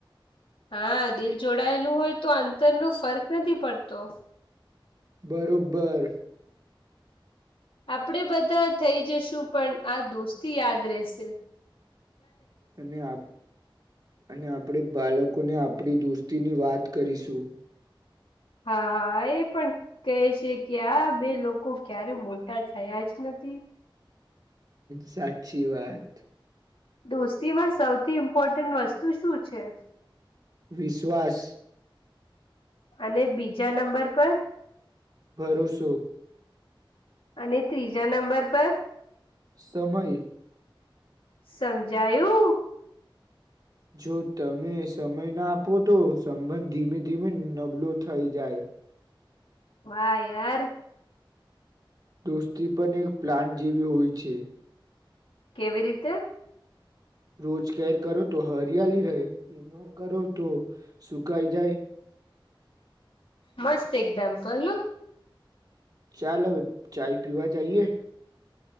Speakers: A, on the left; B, on the right.
A: હા દિલ જોડાયેલું હોય તો અંતર ન ફર્ક નથી પડતો.
B: બરોબર.
A: આપડે બધા થઈ જશું પણ આ દોસ્તી યાદ રશે
B: અને અને આપડ બાળક લોકોને આપણી દોસ્તીની વાત કરીશું
A: હા હા એ પણ કેહે છે, કે આ બે લોકો ક્યારે મોટા થયા જ નથી
B: સાચી વાત
A: દોસ્તીમાં સૌથી ઇમ્પોર્ટન્ટ વસ્તુ શું છે?
B: વિશ્વાસ
A: અને બીજા નંબર પર?
B: ભરોસો
A: અને ત્રીજા નંબર પર?
B: સમય
A: સમજાયું
B: જો તમે સમય ના આપો તો સંબંધ ધીમે ધીમે નબળો થઈ જાય.
A: વાહ યાર
B: દોસ્તી પણ એક પ્લાન જેવી હોય છે.
A: કેવી રીતે?
B: રોજકેર કરો તો હરિયાલી રહે ઇગ્નોર કરો તો સુકાઈ જાય.
A: મસ્ત એક્ઝામ્પલ.
B: ચાલ હવે ચાય પીવા જઈએ